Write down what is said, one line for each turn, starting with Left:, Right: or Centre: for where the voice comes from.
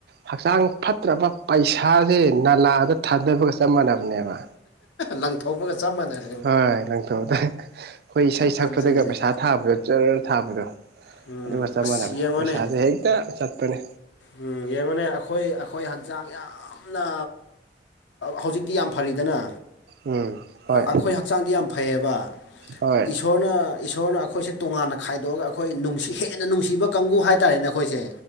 Right: ꯍꯛꯆꯥꯡ ꯐꯠꯇ꯭ꯔꯕ ꯄꯩꯁꯥꯁꯦ ꯅꯂꯥꯗ ꯊꯥꯗꯕꯒ ꯆꯞ ꯃꯥꯟꯅꯕꯅꯦꯕ
Left: ꯂꯪꯊꯣꯛꯧꯕꯒ ꯆꯞ ꯃꯥꯟꯅꯩ
Right: ꯍꯣꯏ ꯂꯪꯊꯣꯛꯑꯗ ꯑꯩꯈꯣꯏ ꯏꯁꯩ ꯁꯛꯄꯗꯒ
Left: ꯑꯗꯨꯅꯤ
Right: ꯄꯩꯁꯥ ꯊꯥꯕꯗꯣ ꯆꯔ ꯊꯥꯕꯗꯣ
Left: ꯎꯝ
Right: ꯑꯗꯨꯒ ꯆꯞ
Left: ꯑꯁ
Right: ꯃꯥꯟꯅꯕꯅꯦ
Left: ꯌꯦꯡꯉꯣꯅꯦ
Right: ꯄꯩꯁꯥꯁꯦ ꯍꯦꯛꯇ ꯆꯠꯄꯅꯦ
Left: ꯎꯝ ꯌꯦꯡꯉꯨꯅꯦ ꯑꯩꯈꯣꯏ ꯑꯩꯈꯣꯏ ꯍꯛꯆꯥꯡ ꯌꯥꯝꯅ ꯍꯧꯖꯤꯛꯇꯤ ꯌꯥꯝ ꯐꯔꯤꯗꯅ
Right: ꯎꯝ ꯍꯣꯏ
Left: ꯑꯩꯈꯣꯏ ꯍꯛꯆꯥꯡꯗꯤ ꯌꯥꯝ ꯐꯩꯌꯦꯕ
Right: ꯍꯣꯏ
Left: ꯏꯁꯣꯔꯅ ꯏꯁꯣꯔꯅ ꯑꯩꯈꯣꯏꯁꯦ ꯇꯣꯉꯥꯟꯅ ꯈꯥꯏꯗꯣꯛꯑꯒ ꯑꯩꯈꯣꯏ ꯅꯨꯡꯁꯤ ꯍꯦꯟꯅ ꯅꯨꯡꯁꯤꯕ ꯀꯥꯡꯒꯕꯨ ꯍꯥꯏꯇꯥꯔꯦꯅꯦꯈꯣꯏ ꯀꯣꯏꯁꯦ